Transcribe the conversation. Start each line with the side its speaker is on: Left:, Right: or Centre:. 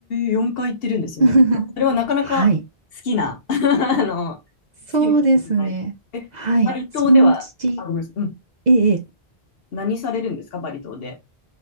Left: 4回行ってるんですね。
Right: <laughs>
Left: それはなかなか好きな、
Right: はい。
Left: <laughs> あの、好
Right: そうですね。
Left: きな人じゃない。え、
Right: はい。
Left: バリ島では、
Right: そのうち、
Left: あ、ごめんなさい。うん。
Right: ええ、ええ
Left: 何されるんですか、バリ島で。